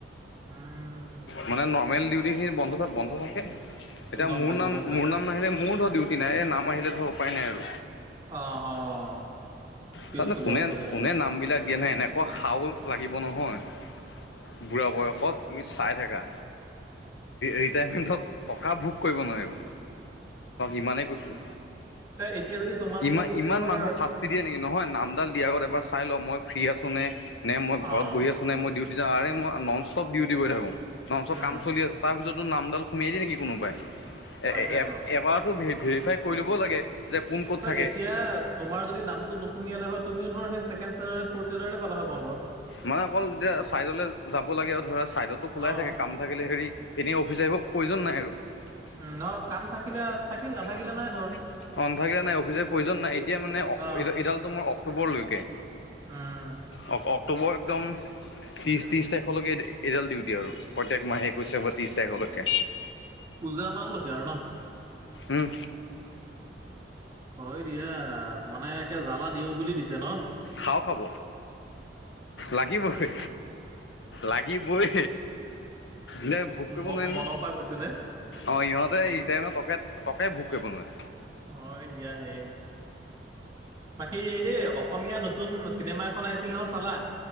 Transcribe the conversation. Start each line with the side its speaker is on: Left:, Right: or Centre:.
Right: উম,
Left: মানে নৰ্মেল ডিউটিখিনি বন্ধত বন্ধ থাকে। এতিয়া
Right: গম
Left: মোৰ
Right: পাইছোঁ,
Left: নাম,
Right: গম পাইছোঁ।
Left: মোৰ নাম নাহিলে মোৰ ধৰ ডিউটি নাই এই নাম আহিলে ধৰ উপায় নাই আৰু।
Right: অ', অ'। কেচটো
Left: তাতনো কোনে,
Right: গম পালোঁ।
Left: কোনে নাম বিলাক ই এনে এনেকুৱা শাও লাগিব নহয় বুঢ়া বয়সত তুমি চাই থাকা। ৰিটায়াৰমেন্টত টকা ভোগ কৰিব নোৱাৰিব। ইমানেই কৈছোঁ
Right: এ এতিয়া যদি তোমালোকক
Left: ইমান
Right: যদি
Left: ইমান
Right: ধৰ
Left: মানুহক শাস্তি দিয়ে নেকি নহয় নামডাল দিয়া আগত এবাৰ চাই ল মই ফ্ৰী আছোঁ নে, নে মই ঘৰত
Right: অ',
Left: বহি আছোঁ মই ডিউটি যাওঁ মই নন ষ্টপ ডিউটি কৰি থাকো ননষ্টপ
Right: উম,
Left: কাম চলি আছে তাৰপিছত টো নামডাল সোমিয়াই দি নেকি কোনোবাই
Right: তাকেতো।
Left: এ এবাৰতো ভেৰিফাই কৰি ল'ব লাগে। যে কোন ক'ত
Right: হয়
Left: থাকে
Right: এতিয়া তোমাৰ যদি নামটো নুশুমিয়ালে হয়, তুমিও ধৰ সেই ছেকেণ্ড চিটাৰে ফ'ৰ্থ ছিটাৰে পালা হয় বন্ধ।
Left: মানে অকল যেতিয়া চাইডলে যাব লাগে ধৰা চাইডতো খোলাই
Right: অ',
Left: থাকে কাম। থাকিলে হেৰি এনেই অফিচ আহিব প্ৰয়োজন নাই আৰু।
Right: উম।
Left: <unintelligible>
Right: নহয় কাম থাকিলে থাকিল নাথাকিলে নাই ধৰ।
Left: অফিচ আহিবৰ প্ৰয়োজন নাই এতিয়া মানে
Right: অ',
Left: এডাল তোমাৰ অক্টোবৰলৈকে।
Right: উম।
Left: অ অ অক্টোবৰ একদম ত্ৰিশ ত্ৰিশ তাৰিখলৈকে এইডাল ডিউটি আৰু। প্ৰত্যেক মাহে একৈশ তাৰিখৰ পৰা ত্ৰিশ তাৰিখলৈকে
Right: পূজা মানলৈকে আৰু ন?
Left: উম।
Right: হয় দিয়া মানে একে জ্বালা দিওঁ বুলি দিছে ন
Left: শাও খাব। লাগিবই লাগিবই। ইহঁতে ভোগ কৰিব
Right: ম
Left: নোৱাৰে
Right: মনৰ
Left: নহয়
Right: পৰা কৈছো নে
Left: অ ইহঁতে ৰেট্ৰায়েমেন্ত্ৰৰ টকাই ভোগ কৰিব নোৱাৰে।
Right: হয় দিয়াহে বাকী এই অসমীয়া নতুন চিনেমা এখন আহিছিল নহয় চালা